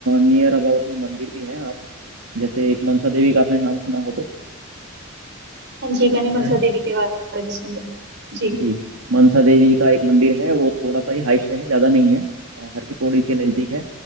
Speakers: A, on the right; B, on the right.
A: नियर अबाउट में मंदिर भी हैं आप जैसे एक मनसा देवी का आपने नाम सुना हो तो
B: हाँ जी मैंने
A: सुना
B: मनसा
A: है
B: देवी के बारे में सुन रखा है। जी
A: जी मनसा देवी का एक मंदिर है वो थोड़ा सा ही हाइट पे है ज्यादा नहीं है अ, हर की पौड़ी के नजदीक है